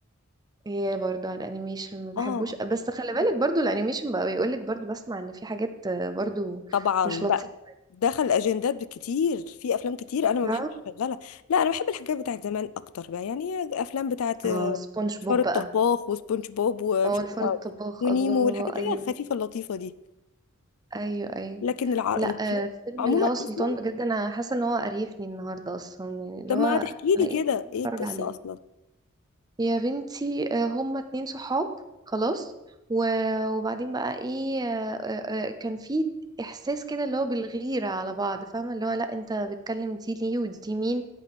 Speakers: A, on the right (about 20°); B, on the left (about 70°).
A: <laughs> هي برضو على الانيميشن ما بحبوش
B: اه
A: بس خلي بالك برضو الانيميشن بقى بيقول لك برضو بسمع ان في حاجات آه، برضو
B: طبعا
A: مش
B: بقى
A: لطيفة
B: دخل اجندات كتير في افلام كتير انا ما
A: ف
B: بحبش اشغلها لا انا بحب الحاجات بتاعت زمان اكتر بقى يعني افلام بتاعت
A: اه سبونج بوب
B: فار الطباخ
A: بقى
B: وسبونج بوب ومش
A: اه الفار
B: عارفة
A: الطباخ
B: ونيمو
A: الله
B: والحاجات اللي
A: ايوه
B: هي الخفيفة اللطيفة دي
A: ايوه ايوه
B: لكن الع... الافلام
A: لا آه، فيلم
B: عموما
A: الهوى سلطان
B: اصلا
A: بجد انا حاسه ان هو قريفني النهارده اصلا يعني اللي
B: طب
A: هو
B: ما هتحكي
A: انا
B: لي
A: ايه
B: كده
A: اللي بتفرج
B: ايه القصه
A: عليه
B: اصلا
A: يا بنتي آه، هما اتنين صحاب خلاص و- وبعدين بقى ايه آه، آه، آه، كان في احساس كده اللي هو بالغيرة على بعض فاهمة اللي هو لا انت بتكلم دي ليه ودي مين